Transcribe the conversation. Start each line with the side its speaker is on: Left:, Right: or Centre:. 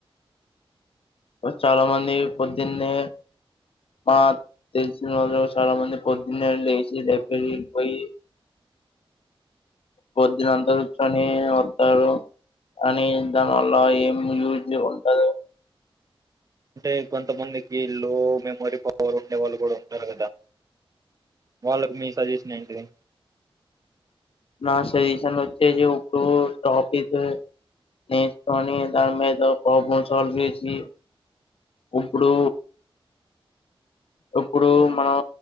Left: చాలా మంది పొద్దున్నే మా తెలిసిన చాలా మంది పొద్దున్నే లేచ ెఫ పోయి పొద్దున అంత కూర్చొని వస్తారు కాని దానివల్ల ఏం యూజ్ ఉంటారు
Right: అంటే కొంతమందికి లో మెమొరీ పవర్ ఉండే వాళ్ళు కూడా ఉంటారు కదా వాళ్ళకి మీ సజెషన్ ఏంటిది
Left: నా సజెషన్ వచ్చేసి ఇప్పుడు టాపిక్ నేర్చుకొని దాని మీద ప్రాబ్లమ్ సాల్వ్ చేసి ఇప్పుడు ఇప్పుడు మనం